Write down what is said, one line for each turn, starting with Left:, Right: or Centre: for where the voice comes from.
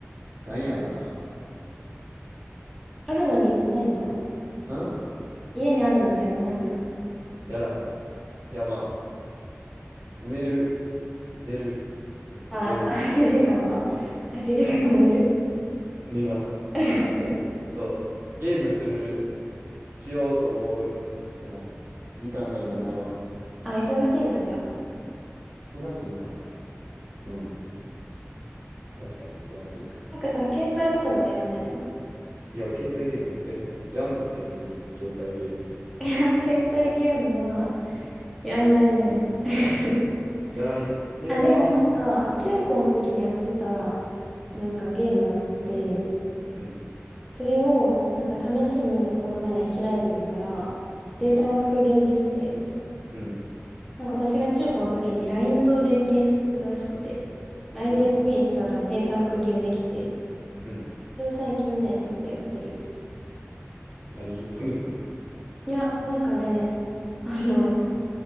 Right: なんやろな。
Centre: あるのにやらないんだ。
Right: な、ん
Centre: 家にあるのにやらないんだ。
Right: やらへん。いや、まあ、寝る。寝る。うん、
Centre: あ、
Right: 寝る。
Centre: <laughs> 空き時間は空き時間は寝る
Right: 寝ます。
Centre: <laughs>
Right: あと、ゲームする、しようと思う、その、時間が今ないわ。
Centre: あ、忙しいんだ、じゃあ。
Right: 忙しいんかな。うん。確かに忙しいかも。
Centre: なんかさ、携帯とかでもやんないの
Right: いや、携帯ゲームせえへんな。やんの逆に、携帯ゲーム。
Centre: いや携帯ゲームはやんないね。<laughs>
Right: やらんやろ。携帯ゲー
Centre: あ、でもなんか、中高の時にやってた、なんかゲームがあって、
Right: ム。うん、
Centre: それを、なんか試しにこの前開いてみたら、データが復元できて、
Right: うん、うん、
Centre: なんか私が中高の時に LINE と連携させてたらしくて、LINE
Right: うん、
Centre: でログインしたらデータ復元できて、
Right: うん。
Centre: それを最近ね、ちょっとやってる。
Right: 何つむつむ
Centre: いや、なんかね、あの、